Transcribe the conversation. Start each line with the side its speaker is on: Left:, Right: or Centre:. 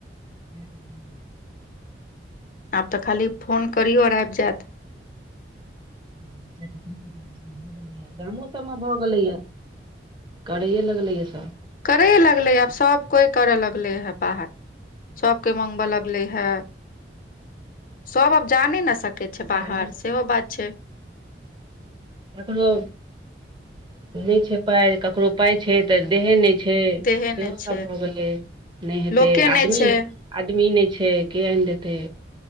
Right: <unintelligible>
Left: आब तऽ खाली फोन करियौ और आइब जायत
Right: <unintelligible> गामो सबमें भऽ गेलैए करैए लगलै या सब
Left: करै लगले आब सब कोइ करे लगले हे बाहर सबके मंगबऽ लगलै हे सब अब जानै न सकत क छै
Right: जा
Left: बाहर
Right: नहि सकै
Left: सेहो बात छै
Right: ककरो नहि छै पाइ ककरो पाय छै तऽ देहे नहि छै
Left: देहे
Right: सेहो
Left: नहि
Right: सब
Left: छै
Right: भऽ गेलै नहि हेतै
Left: लोके नहि
Right: आदमी
Left: छै
Right: आदमी नहि छै के आइन देतै